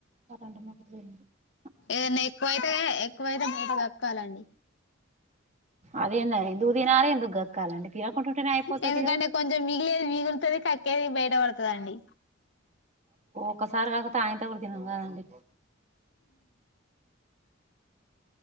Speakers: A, on the right; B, on the left.
A: <inaudible>
B: ఏదనా ఎక్కువైతే ఎక్కువైతే బయట కక్కాలండి
A: అదేనా ఎందుకు తినాలి ఎందుకు కక్కాలండి తినకుంటుంటేనే అయిపోతుది
B: ఎందుకంటే
A: కదా
B: కొంచెం మిగిలేది మిగులుతుది కక్కేది బయట పడుతదండి
A: ఒక్కసారి కాకపోతే ఆయనతో కూడాడు తినంగానండి